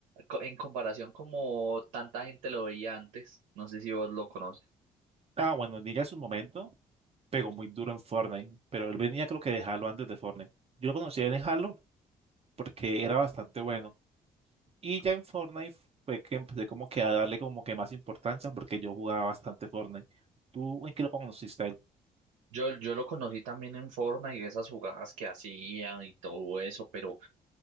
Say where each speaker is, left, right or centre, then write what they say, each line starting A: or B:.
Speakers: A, on the right; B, on the right.
A: co- en comparación como tanta gente lo veía antes, no sé si vos lo conoces.
B: Ah, bueno, Ninja en su momento pegó muy duro en Fortnite, pero él venía creo que de Halo antes de Fortnite. Yo lo conocí en Halo porque era bastante bueno. Y ya en Fortnite fue que empecé como que a darle como que más importancia porque yo jugaba bastante Fortnite. ¿Tú en qué lo conociste?
A: Yo, yo lo conocí también en Fortnite y esas jugadas que hacían y todo eso, pero